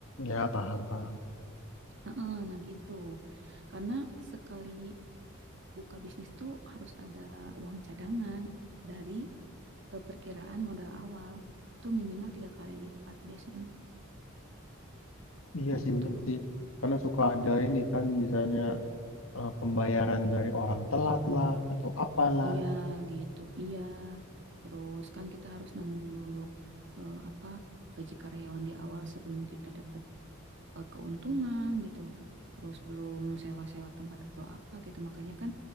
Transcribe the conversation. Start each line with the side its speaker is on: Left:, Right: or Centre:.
Left: Ya paham paham.
Right: Heeh, nah gitu. Karena sekali buka bisnis tuh harus ada uang cadangan dari eh, perkiraan modal awal tuh minimal tiga kali lipat biasanya
Left: Iya
Right: gitu.
Left: sih bener sih. Karena suka ada ini kan misalnya eh, pembayaran dari orang telat lah atau apalah.
Right: Iya gitu, iya. Terus kan kita harus nanggung dulu eh, apa gaji karyawan di awal sebelum kita dapat eh, keuntungan gitu. Terus belum sewa-sewa tempat atau apa gitu. Makanya kan